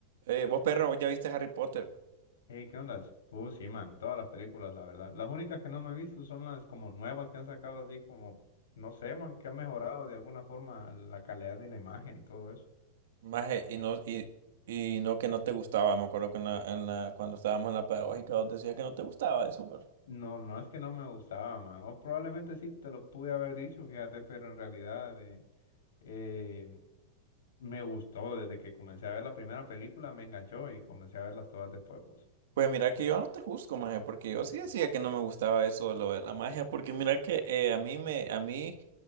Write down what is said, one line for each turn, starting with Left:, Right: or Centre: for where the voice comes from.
Right: Eh, vos, perro, vos ya viste Harry Potter.
Left: Hey, ¿qué onda? Uh, sí, man, todas las películas, la verdad. Las únicas que no me he visto son las como nuevas que han sacado así como, no sé, man, que han mejorado de alguna forma la calidad de la imagen y todo eso.
Right: Maje, y no, y, y no que no te gustaba. Me acuerdo que en la, en la- cuando estábamos en la pedagógica vos decías que no te gustaba eso, perro.
Left: No, no es que no me gustaba, man. O probablemente sí te lo pude haber dicho, fíjate, pero en realidad eh, eh, me gustó desde que comencé a ver la primera película, me enganchó y comencé a verlas todas después, vos.
Right: Pues mira que yo no te juzgo, maje, porque yo sí decía que no me gustaba eso, lo de la magia, porque mira que eh, a mí me, a mí,